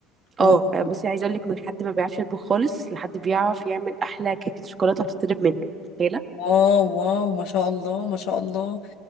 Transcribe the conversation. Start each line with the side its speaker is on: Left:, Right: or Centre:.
Left: واو
Right: اه بصي عايزه اقول لك من حد ما بيعرفش يطبخ خالص لحد بيعرف يعمل احلى كيكه شوكولاته بتطلب منه متخيلة؟
Left: واو واو ما شاء الله ما شاء الله